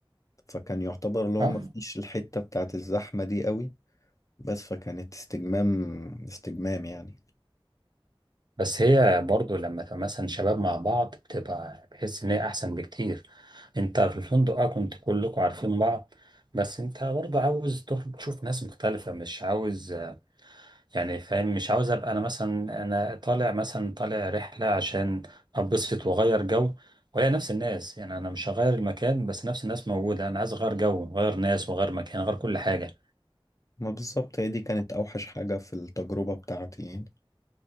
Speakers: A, on the left; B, on the right.
A: فكان يعتبر اللي هو
B: اه
A: مفيش الحتة بتاعت الزحمة دي قوي بس فكانت استجمام استجمام يعني
B: بس هي برضو لما تبقى مثلا شباب مع بعض بتبقى بحس ان هي احسن بكتير انت في الفندق اه كنت كلكم عارفين بعض بس انت برضو عاوز تخرج تشوف ناس مختلفة مش عاوز آه، يعني فاهم مش عاوز ابقى انا مثلا انا طالع مثلا طالع رحلة عشان ابسط واغير جو وهي نفس الناس يعني انا مش هغير المكان بس نفس الناس موجودة انا عايز اغير جو غير ناس وغير مكان غير كل حاجة
A: ما بالظبط هي دي كانت أوحش حاجة في التجربة بتاعتي يعني